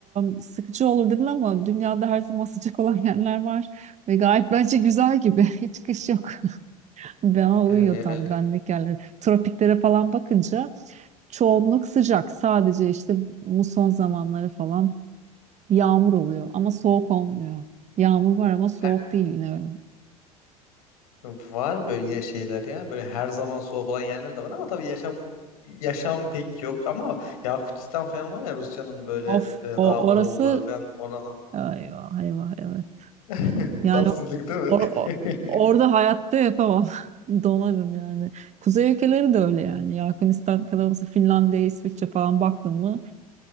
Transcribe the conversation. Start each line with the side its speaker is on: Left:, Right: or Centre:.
Right: e, sıkıcı olur değil mi ama dünyada her zaman sıcak <laughs> olan yerler var. Ve gayet bence güzel gibi. <laughs> Hiç kış yok. <laughs> Bana uyuyor
Left: Ee,
Right: tam benlik yerler. Tropiklere falan bakınca çoğunluk sıcak. Sadece işte muson zamanları falan Yağmur oluyor ama soğuk olmuyor. Yağmur var ama soğuk
Left: he-
Right: değil yine öyle.
Left: var böyle yine şeyler ya böyle her zaman soğuk olan yerler de var ama tabii yaşam yaşam pek yok ama Yakutistan falan var ya Rusya'nın böyle
Right: Of
Left: e,
Right: o
Left: daha
Right: orası
Left: doğulları falan orada
Right: eyvah eyvah eyvah.
Left: <laughs>
Right: Yani
Left: tam sizlik değil mi?
Right: or, or-
Left: <laughs>
Right: orada hayatta yapamam. <laughs> Donarım yani. Kuzey ülkeleri de öyle yani. Ya Hırvatistan kadar olsa Finlandiya, İsviçre falan baktın mı